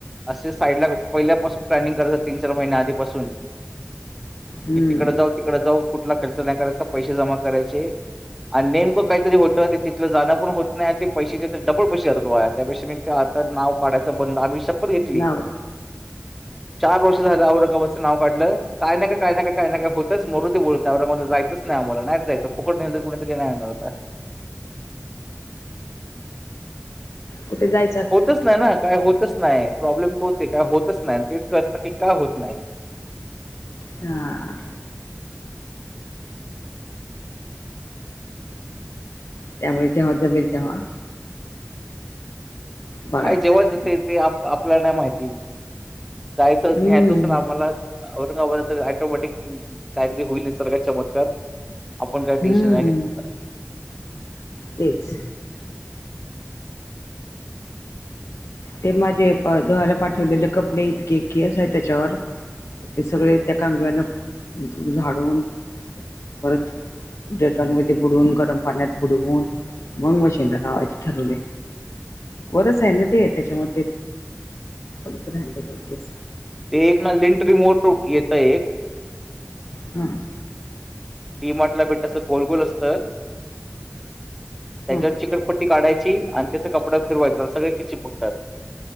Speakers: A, in the centre; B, on the left.
A: असे साईडला पहिल्यापासून प्लॅनिंग करत तीन चार महिने आधीपासून
B: हम्म
A: की तिकडे जाऊ तिकडें जाऊ कुठला खर्च नाही करायचा पैसे जमा करायचे आणि नेमकं काहीतरी होतं ते तिथलं जाणं पण नाही ते पैसेाचे तर डबल पैसे जातो त्यापेा मी ते आता नाव काढाचं बंद आम्ही शपथ घेतली
B: नव
A: चार वर्ष झाल्या आवडका नाव काढलं काय काय काय नाही काय होतच मरुे बोलतला जायचंच नाही आम्हाला नाहीच जायच फकट निल कुणी येणार
B: कुठे जाय
A: होतच नाही ना काय होतच नाही प्रॉब्लेम तोच आहे काय होतच नाही तेच कळत ना की का होत नाही
B: हा त्यामुळे जेव्हा जमेल तेव्हा बघायचं
A: काय जेव्हा जाते ते आप आपल्याला नाही माहिती जायचं
B: हम्म
A: न्यायचं असेल आम्हाला औरंगाबादला ऑटोमॅटिक काहीतरी होईल नि सर्ग चमत्कार आपण काही
B: हम्म
A: टेशन नाही घ्यायच तर
B: तेच ते माझे दोहा्याला पाठवलेले कपडे इतके इतकी अस आहे त्याच्यावर ते सगळे त्या कग्याना झाडून परत. जटांमध्ये बुडवून गरम पाण्यात बुडवून. मंग मशीनला नावाचे ठरवले वरच आहे ना. ते त्याच्या म ते परत राहि त्याच्यास.
A: ते एक ना लिंट रिम येतं एक.
B: हम.
A: टी मार्टला भेटत अस गोलगोल असत त्याच्या
B: हां
A: कपट्टी काढायची आणि त्यास कपडा फिरवायचं सगळ क चिपकतात.